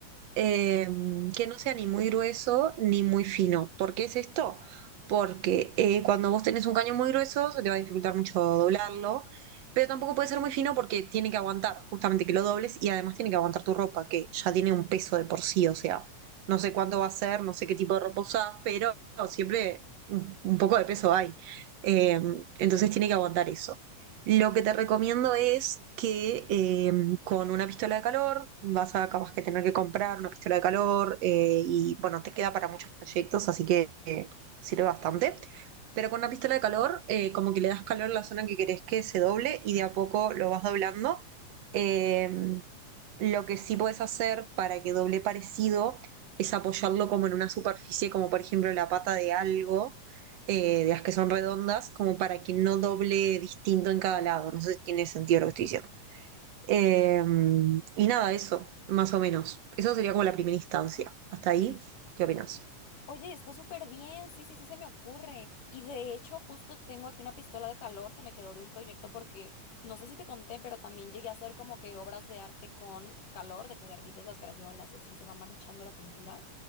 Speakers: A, on the right; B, on the left.
A: eh, que no sea ni muy grueso ni muy fino. ¿Por qué es esto? Porque eh, cuando vos tenés un caño muy grueso se te va a dificultar mucho doblarlo, pero tampoco puede ser muy fino porque tiene que aguantar justamente que lo dobles y además tiene que aguantar tu ropa, que ya tiene un peso de por sí, o sea, no sé cuánto va a ser, no sé qué tipo de ropa usás, pero siempre un, un poco de peso hay. Eh, entonces tiene que aguantar eso. Lo que te recomiendo es que eh, con una pistola de calor vas a capaz que tener que comprar una pistola de calor eh, y bueno, te queda para muchos proyectos, así que eh, sirve bastante. Pero con una pistola de calor, eh, como que le das calor a la zona que querés que se doble y de a poco lo vas doblando. Eh, lo que sí puedes hacer para que doble parecido es apoyarlo como en una superficie, como por ejemplo la pata de algo, eh, de las que son redondas, como para que no doble distinto en cada lado. No sé si tiene sentido lo que estoy diciendo. Eh, y nada, eso, más o menos. Eso sería como la primera instancia. Hasta ahí, ¿qué opinas?
B: Oye, está súper bien. Sí, sí, sí, se me ocurre. Y de hecho, justo tengo aquí una pistola de calor que me quedó de un proyecto porque no sé si te conté, pero también llegué a hacer como que obras de arte con calor, de que derrites las crayolas y así se va manchando la pintura.